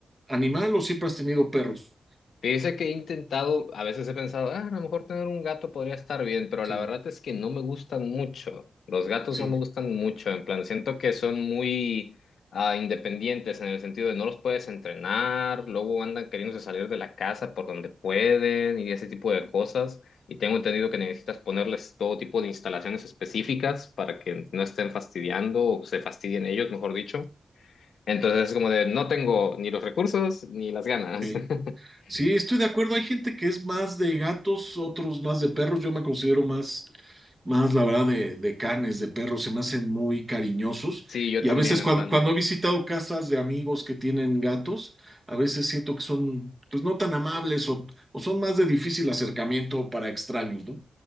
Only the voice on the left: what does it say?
Dice que he intentado, a veces he pensado, "Ah, a lo mejor tener un gato podría estar bien, pero
la verdad es que no me gustan mucho. Los gatos
no me gustan mucho, en plan, siento que son muy ah, independientes en el sentido de no los puedes entrenar, luego andan queriéndose salir de la casa por donde pueden y ese tipo de cosas. Y tengo entendido que necesitas ponerles todo tipo de instalaciones específicas para que no estén fastidiando o se fastidien ellos, mejor dicho. Entonces es como de, no tengo ni los recursos ni las ganas.
<laughs>
Sí, yo
también,
en
plan.